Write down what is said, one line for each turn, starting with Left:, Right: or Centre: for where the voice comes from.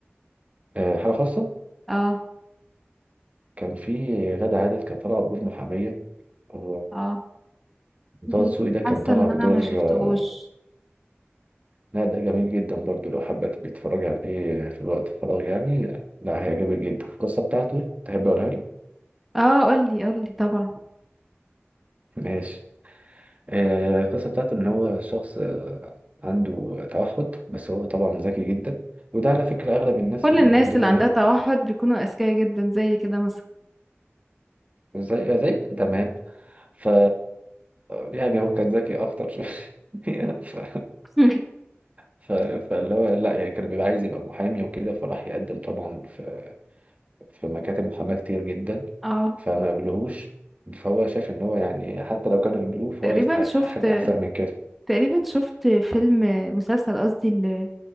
Right: آه، حاله خاصه
Centre: اه
Right: كان في غادة عادل كان طالعه بدور محاميه وطه
Centre: اه
Right: دسوقي
Centre: لا،
Right: ده كان
Centre: حاسه
Right: طالع
Centre: ان
Right: بدور
Centre: انا ما شفتهوش
Right: آه، لا ده جميل جدا برضو لو حابه تبقي تتفرجي عليه في الوقت الفراغ يعني لا هيعجبك جدا القصه بتاعته تحب اقولها لك
Centre: اه قولي قولي طبعا
Right: ماشي آه، القصة بتاعته إن هو شخص آه، عنده توحد بس هو طبعا ذكي جدا وده على فكرة أغلب الناس
Centre: كل
Right: اللي
Centre: الناس
Right: عندهم
Centre: اللي عندها توحد بيكونوا اذكياء جدا زي كده مثلا
Right: زي زي تمام ف يعني هو كان ذكي أكتر شوية <laughs> ف...
Centre: <laughs>
Right: ف... فاللي هو لا يعني كان بيبقى عايز يبقى محامي وكده فراح يقدم طبعا في, في مكاتب محاماة كتير جدا
Centre: اه
Right: فما قبلوهوش فهو شايف إن هو يعني حتى لو كانوا قبلوه فهو
Centre: تقريبا
Right: يستحق
Centre: شفت
Right: حاجة أحسن من كده
Centre: تقريبا شفت فيلم مسلسل قصدي ل...